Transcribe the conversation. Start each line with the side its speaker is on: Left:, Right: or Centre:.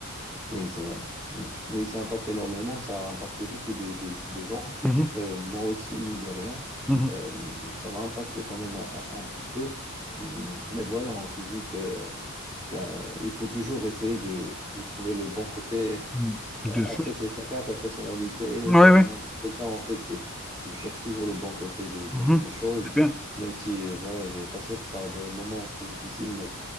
Right: Oui, c'est vrai. Mm. Oui, ça impacte énormément, ça a impacté beaucoup de, de- de gens.
Centre: Mhm,
Right: Euh, moi aussi, mine de rien,
Centre: mhm,
Right: euh, ça m'a impacté quand même un, un- un petit peu. Mm. Mais voilà, on se dit que C'est un- il faut toujours essayer de, de trouver le bon côté. <laughs>
Centre: mhm. Des
Right: Après,
Centre: choses.
Right: c'est chacun sa personnalité.
Centre: Oui,
Right: Ça,
Centre: oui.
Right: Moi, je suis quelqu'un, en fait, de, je cherche toujours le bon côté de, de-
Centre: Mhm.
Right: des choses,
Centre: C'est bien.
Right: même si, euh, voilà, j'ai passé par des moments très difficiles, mais